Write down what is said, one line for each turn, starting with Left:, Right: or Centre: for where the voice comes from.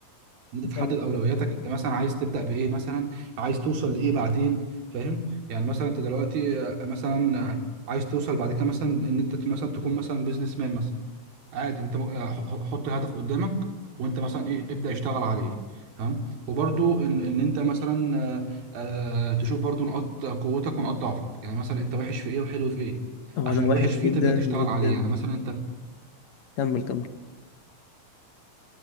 Right: إن انت تحدد
Left: طب
Right: اولوياتك انت مثلا عايز تبدا بايه مثلا عايز توصل لايه بعدين فاهم يعني مثلا انت دلوقتي آه، مثلا آه، عايز توصل بعد كده مثلا ان انت مثلا تكون مثلا بيزنس مان مثلا عادي انت ممكن- آه، ح- حط هدف قدامك وانت مثلا ايه ابدا اشتغل عليه تمام وبرده ان ان انت مثلا آه، آه، تشوف برده نقاط قوتك ونقاط ضعفك يعني مثلا انت وحش في ايه وحلو في ايه
Left: هو
Right: عشان
Left: انا وحش
Right: الوحش فيه
Left: جدا
Right: تبدا تشتغل
Left: جدا
Right: عليه يعني مثلا انت
Left: كمل كمل